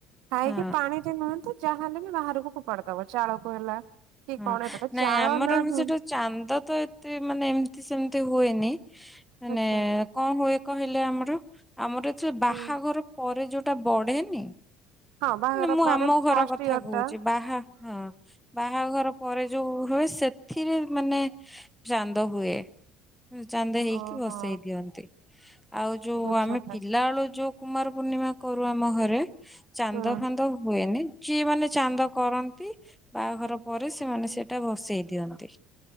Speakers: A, on the right; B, in the centre.
A: ଖାଇକି
B: ହଁ।
A: ପାଣି ରେ ନୁହଁତି ଯାହାହଲେ ବି ବାହାରକୁ ଫୋପାଡ଼ି ଦବ ଚାଳକୁ ହେଲା କି
B: ହଁ
A: କଣ ଏବେ ତ
B: ନାଇଁ
A: ଚାଳ
B: ଆମର
A: ନାହିଁ।
B: ସେଠୁ ଚାନ୍ଦ ତ ଏତେ ମାନେ ଏମିତି ସେମିତି ହୁଏନି। ମାନେ
A: ଆଚ୍ଛା
B: କଣ ହୁଏ କହିଲେ ଆମର ଆମର ଯୋଉ ବାହାଘର
A: ହୁଁ
B: ପରେ ଯୋଉଟା ବଢ଼େନି
A: ହଁ ବାହାଘର
B: ମାନେ ମୁଁ
A: ପରେ
B: ଆମ ଘର
A: ଫାଷ୍ଟ
B: କଥା
A: ଇୟର
B: କହୁଛି
A: ଟା
B: ବାହା ହଁ ବାହାଘର ପରେ ଯୋଉ ହୁଏ ସେଥିରେ ମାନେ ଚାନ୍ଦ ହୁଏ। ଚାନ୍ଦ ହେଇକି
A: ଓହୋ
B: ଭସେଇ ଦିଅନ୍ତି ଆଉ ଯୋଉ
A: ବୁଝିଲେ
B: ଆମେ ପିଲାବେଳୁ ଯୋଉ କୁମାର ପୂର୍ଣ୍ଣିମା କରୁ ଆମ ଘରେ ଚାନ୍ଦ
A: ହୁଁ
B: ଫାନ୍ଦ ହୁଏନି ଯିଏ ମାନେ ଚାନ୍ଦ କରନ୍ତି। ବାହାଘର ପରେ ସେମାନେ ସେଇଟା ଭସେଇ ଦିଅନ୍ତି।